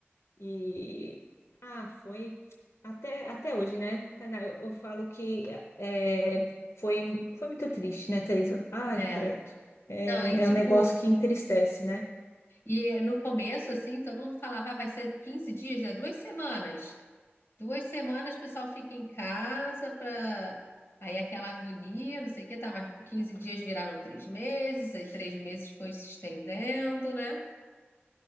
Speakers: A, on the left (about 85°); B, on the left (about 55°).
A: E ah, foi até, até hoje, né, Tainá? Eu, eu falo que é, foi, foi muito triste, né, Thaisa? Ai,
B: É.
A: credo. É,
B: Não, e tipo,
A: é um negócio que entristece, né?
B: E no começo, assim, todo mundo falava, "Ah, vai ser 15 dias, né? Duas semanas. Duas semanas o pessoal fica em casa para. Aí aquela agonia, não sei o que, tá, mas 15 dias viraram três meses, aí três meses foi se estendendo, né?